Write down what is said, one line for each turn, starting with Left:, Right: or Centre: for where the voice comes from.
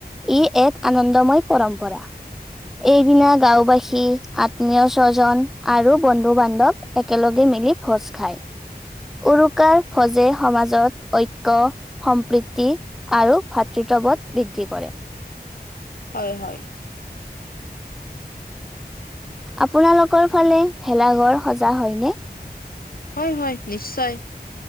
Centre: ই এক আনন্দময় পৰম্পৰা এইদিনা গাঁওবাসী আত্মীয় স্বজন আৰু বন্ধু বান্ধৱ একেলগে মিলি ভোজ খায়। উৰুকাৰ ভোজে সমাজত ঐক্য, সম্প্ৰীতি আৰু ভাতৃত্ব বোধ বৃদ্ধি কৰে।
Left: হয়, হয়।
Centre: আপোনালোকৰ ফালে ভেলাঘৰ সজা হয় নে।
Left: হয়- হয় নিশ্চয়